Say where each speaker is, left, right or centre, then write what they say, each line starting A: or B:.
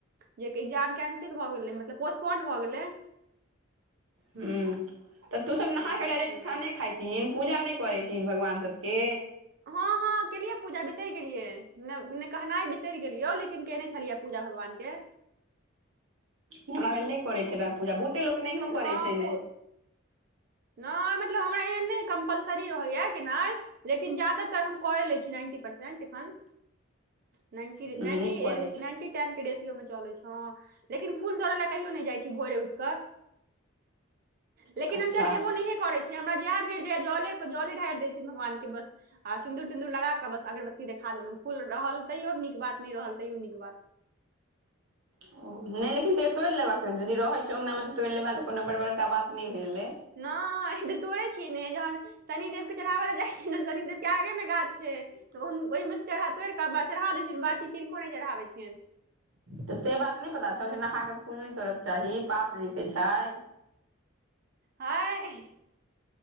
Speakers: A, on the right; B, on the right.
A: जय के एकग्जाम कैंसिल भ गेलै मतलब पोस्पोंड भऽ गेलै
B: हूँ तऽ तू सब नहाकऽ
A: हँ
B: डायरेक्ट
A: ताहि दुआरे
B: खाने खाइ छहिन पूजा नहि करै छहिन भगवान सबके
A: हँ हँ केलियै पूजा बिसरि गेलियै नै कहनाइ बिसरि गेलियो लेकिन केयने छलियै पूजा भगवान के
B: हमरा बैर नहि करैत हैबै पूजा बहुते लोक नहियो
A: हँ
B: करै छै
A: पू
B: ने
A: नहि मतलब हमरा एहन नहि कम्पलसरी रहैया कि नहि लेकिन ज्यादातर हम कयै लै छी नाइन्टी परसेंट एखन न्टी
B: हूँ
A: नन्टी
B: नीक करै छै
A: नन्टी टाइम के रेसियो मे चलै छ लेकिन फूलतोड़ऽ ल कहियो नहि जाइ छी भोरे उठ कऽ लेकिन
B: अच्छा
A: हम चढ़ेबो नहिहे करै छियै हमरा जेह भेट जाय जले पर जले ढारि दै छियनि भगवान के बस आ सिंन्दूर तिन्दूर लगा कऽ बस अगरबत्ती देखा देलहुँ फूल रहल तैयो नीक बात नहि रहल तैयो नीक बात।
B: ओ, नहि लेकिन तइयो तोड़ि लेबा यदि रहै छौ अँंगना मे तऽ तोड़ि लेबा तऽ कोनो बड़ बड़का बात नहि भेलै।
A: नहि तऽ तोड़े छियै ने जहन शनिदेव के चढ़ाबै लए जाइ छियै ने शनिदेव के आगे मे गाछ छै। तऽ ओहिमेसँ चढ़ा तोड़ि कऽ चढ़ा दैत छियनि बाँकी किनको नहि चढ़ाबैत छियनि।
B: तऽ से बात नहि पता छौ जे नहा क फूल नहि तोड़यके चाही पाप लिखैत छै।
A: हय।